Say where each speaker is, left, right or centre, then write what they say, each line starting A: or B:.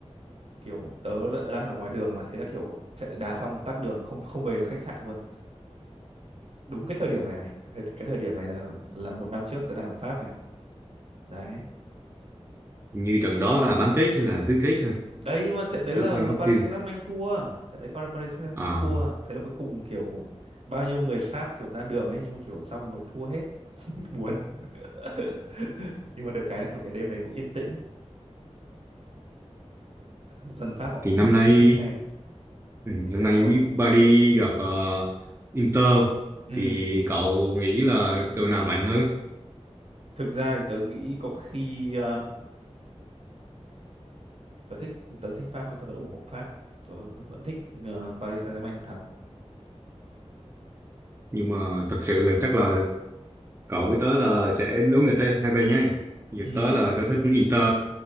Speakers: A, on the right; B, on the right.
A: kiểu tớ đang ở ngoài đường mà thế là kiểu trận đá xong mà tắc đường không không về được khách sạn luôn đúng cái thời điểm này này cái, cái thời điểm này là là một năm trước tớ đang ở Pháp này đấy
B: Hình như trận đó là bán kết hay là tứ kết thôi
A: đấy nhưng mà trận đấy
B: tớ
A: là
B: quên mất
A: Paris
B: tiêu
A: Saint-Germain thua trận đấy Paris, Paris Saint-Germain
B: à
A: thua thế là cuối cùng kiểu bao nhiêu người Pháp kiểu ra đường ấy nhưng mà kiểu xong rồi thua hết <laughs> buồn <laughs> nhưng mà được cái là kiểu cái đêm đấy cũng yên tĩnh dân Pháp họ cũng
B: thì năm
A: thích
B: nay
A: thích xem
B: ừ,
A: thích
B: năm
A: xem
B: nay
A: đá bóng
B: biết Paris gặp ờ, Inter
A: ừ
B: thì cậu nghĩ là đội nào mạnh hơn
A: thực ra thì tớ nghĩ có khi tớ thích tớ thích Pháp thôi tớ vẫn ủng hộ Pháp tớ vẫn thích ờ, Paris Saint-Germain thắng
B: nhưng mà thật sự là chắc là cậu với tớ là sẽ đấu nghịch đây hai bên nhé giờ
A: ừ
B: tớ là tớ thích Inter